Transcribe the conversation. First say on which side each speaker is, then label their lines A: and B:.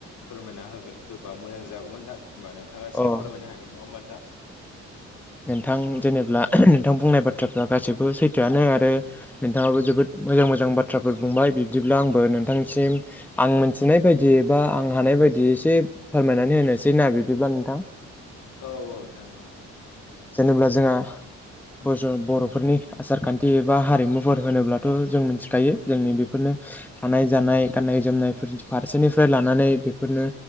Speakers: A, on the left; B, in the centre.
A: फोरमायना होगो होबा मोजां जागौमोन नोंथां। होमबा नोंथाङा एसे
B: औ अ
A: फोरमायनो होदो नङा होमबा नोंथां।
B: नोनथां
A: औ
B: जेनेब्ला नोंथां बुंनाय बाथ थ्राफ्रा गासैबो सैथोआनो आरो नोंथाङाबो जोबोद मोजां मोजां बाथ्राफोर बुंबाय बिदिब्ला आंबो नो नोंथांसिम आं मोनथिनाय बायदियै बा आं हानाय बायदियै एसे फोरमायनानै होनोसै ना बिदिब्ला नोंथां।
A: औ औ नोंथां औ।
B: जेनेब्ला जोंहा बज' बर'फोरनि आसारखान्थि एबा हारिमुफोर होनोब्लाथ' जों मिथिखायो जोंनि बेफोरनो थानाय जानाय गाननाय जोमनाय फोर फारसेनिफ्राय लानानै बेफोरनो